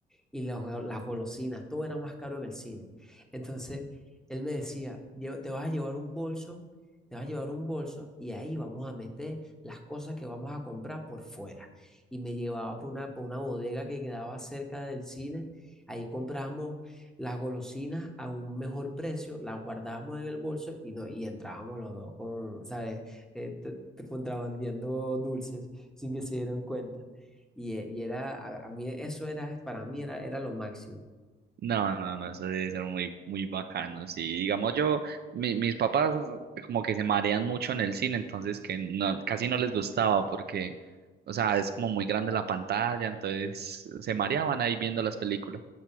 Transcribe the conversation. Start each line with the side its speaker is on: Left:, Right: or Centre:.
Centre: y las, go- las golosinas, todo era más caro en el cine. Entonces, él me decía, "Lleva- te vas a llevar un bolso, te vas a llevar un bolso y ahí vamos a meter las cosas que vamos a comprar por fuera. Y me llevaba por una, por una bodega que quedaba cerca del cine. Ahí compramos las golosinas a un mejor precio, las guardábamos en el bolso y, no, y entrábamos los dos con, ¿sabes? Eh, te- te contrabandeando dulces sin que se dieran cuenta. Y, e- y era, a, a mí eso era, para mí era, era lo máximo.
Right: No, no, no, eso debe ser muy, muy bacano. Sí, digamos yo, mi- mis papás como que se marean mucho en el cine, entonces que no, casi no les gustaba porque, o sea, es como muy grande la pantalla, entonces se mareaban ahí viendo las películas.